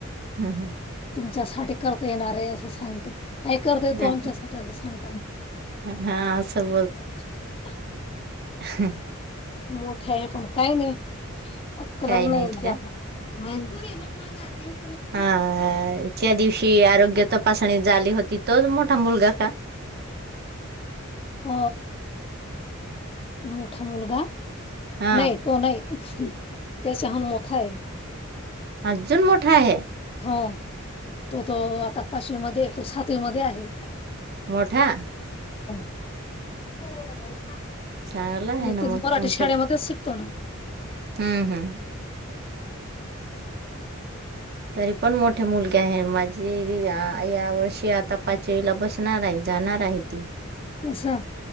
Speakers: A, on the right; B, on the left.
A: हम्म हम्म
B: तुमच्यासाठी करता येणार आहे असं सांग काय करतय
A: हा
B: तो आमच्यासाठी आदि सांग
A: हा असं
B: म्हण
A: हम्
B: मोठ्या आहे पण काय नाही अक्कलच
A: काही नाहीत
B: नाही ज्याना
A: का
B: म नाही
A: हा, त्या दिवशी ी आरोग्या तपासणी झाली होती तोच मोठा मुलगा का
B: अ मोठा मुलगा
A: हा
B: नाही तो नाही त्याच्याहून मोठा आहे
A: अझून मोठा आहे
B: हो तो तो आता पाचवी मध्ये आहे तो सातवी मध्ये आहे
A: मोठा
B: होलागऊ का
A: चांगला
B: हो
A: आहे ना मग
B: मराठी
A: तुमचे
B: शाळेमध्येस शिकतो ना
A: हम्म हम्म तरी पण मोठे मुलगे आहे माझी अ या वर्षी आता पाचवीला बसणार आहे जाणार आहे ती
B: असा